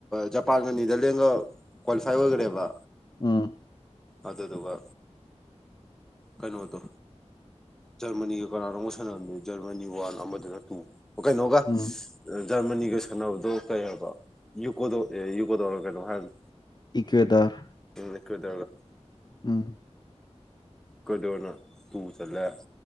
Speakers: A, in the centre; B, on the left.
A: ꯖꯄꯥꯟꯒ ꯅꯦꯗꯔꯂꯦꯟꯒ ꯀ꯭ꯋꯥꯂꯤꯐꯥꯏ ꯑꯣꯏꯒ꯭ꯔꯦꯕ
B: ꯎꯝ
A: ꯑꯗꯨꯗꯨꯒ ꯀꯩꯅꯣꯗꯣ ꯖꯔꯃꯅꯤꯒꯤ ꯀꯅꯥꯅꯣꯝꯒ ꯖꯔꯃꯅꯤ ꯋꯥꯟ ꯑꯃꯗꯨꯒ ꯇꯨ ꯑꯣ ꯀꯩꯅꯣꯒ
B: ꯎꯝ
A: ꯖꯔꯃꯅꯤꯒ ꯁꯥꯟꯅꯕꯗꯣ ꯀꯩ ꯍꯥꯏꯕ ꯌꯨꯀꯣꯗꯣ ꯑꯦ ꯌꯨꯀꯣꯗꯧꯔꯒ ꯀꯩꯅꯣ ꯍꯥꯏꯕꯅꯤ
B: ꯏꯀ꯭ꯋꯦꯗꯔ
A: <unintelligible>
B: ꯎꯝ
A: ꯀꯦꯗꯔꯅ ꯇꯨ ꯆꯜꯂꯦ